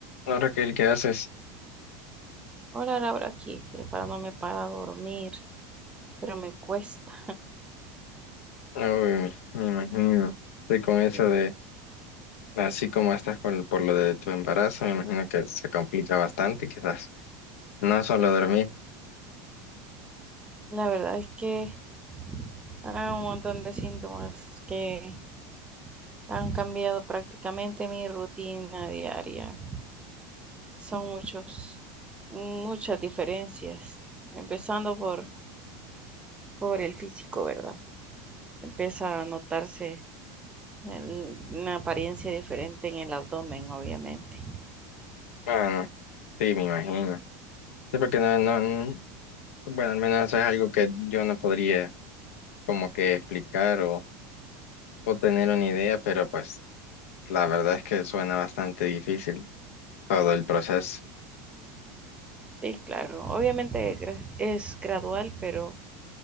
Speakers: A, on the left (about 80°); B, on the right (about 15°).
A: ahora que el que haces?
B: Hola Laura, aquí preparándome para dormir, pero me cuesta.
A: Uy, me imagino. Estoy con eso
B: Sí.
A: de, así como estás con, por lo de tu embarazo, me imagino que se complica bastante, quizás. No solo dormir.
B: La verdad es que hay un montón de síntomas que han cambiado prácticamente mi rutina diaria. Son muchos, muchas diferencias, empezando por, por el físico, ¿verdad? Empieza a notarse el- una apariencia diferente en el abdomen, obviamente.
A: Bueno, sí, me imagino. Sí, porque no, no, n- bueno, al menos eso es algo que yo no podría como que explicar o, o tener una idea, pero pues la verdad es que suena bastante difícil todo el proceso.
B: Sí, claro. Obviamente gra- es gradual, pero,